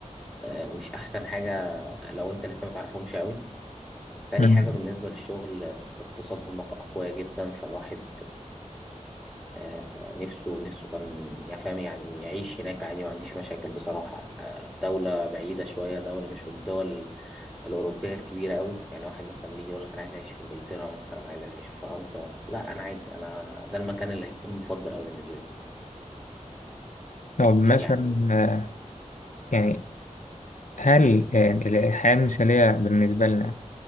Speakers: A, in the centre; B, on the left.
A: آه، مش أحسن حاجة لو أنت لسه متعرفهمش أوي تاني
B: مم.
A: حاجة بالنسبة للشغل آه، اقتصادهم أقوياء جدا فالواحد آه، نفسه نفسه كان يفهم يعني يعيش هناك عادي ما عنديش مشاكل بصراحة آه، دولة بعيدة شوية دولة مش من الدول الأوروبية الكبيرة أوي يعني واحد مثلا بيجي يقول لك أنا عايز أعيش في إنجلترا مثلا عايز أعيش في فرنسا لا أنا عادي أنا ده المكان اللي هيكون مفضل أوي بالنسبة لي
B: طب مثلا
A: يعني
B: آه، يعني هل آه، الحياة المثالية بالنسبة لنا